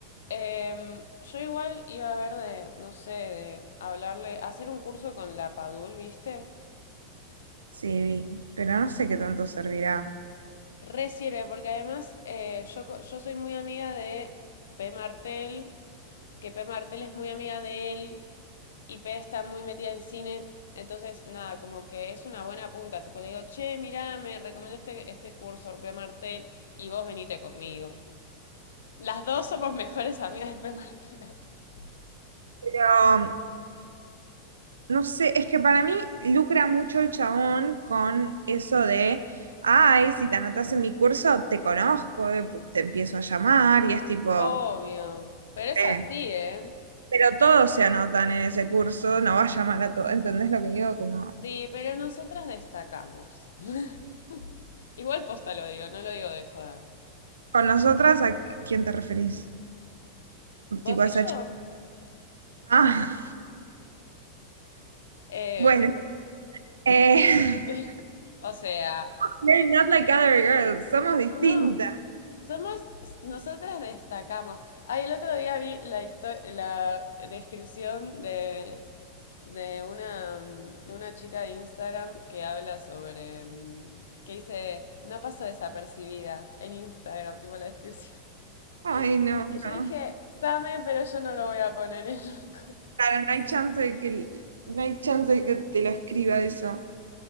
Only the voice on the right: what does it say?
Sí, pero no sé qué tanto servirá.
Pero no sé, es que para mí lucra mucho el chabón con eso de, ay, si te anotas en mi curso, te conozco, eh, pu- te empiezo a llamar y es tipo,
eh,
pero todos se anotan en ese curso, no va a llamar a todos, ¿entendés lo que digo? Como,
con nosotras, ¿a quién te referís?
Te vas
a... Ah,
bueno. eh, <laughs>
they're not like other girls, somos distintas.
Ay, no,
no.
Claro, no hay chance de que, no hay chance de que te lo escriba eso.